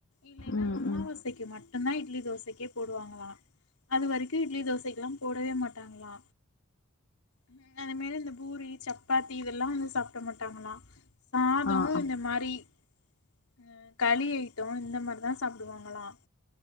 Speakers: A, on the left (about 90°); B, on the left (about 60°).
A: இல்லேன்னா
B: ம்
A: அம்மாவா
B: ம்
A: சைக்கு மட்டுந்தா இட்லி தோசைக்கே போடுவாங்களா அது வரைக்கு இட்லி தோசைக்கெல்லா போடவே மாட் டாங்களா ம் அதே மாரி இந்த பூரி சப்பாத்தி இதெல்லா வந்து சாப்ட மாட்டாங்களா சாதோ
B: ஆ ஆ
A: இந்த மாரி அ களி ஐட்டோ இந்த மாரி தா சாப்டுவாங்களா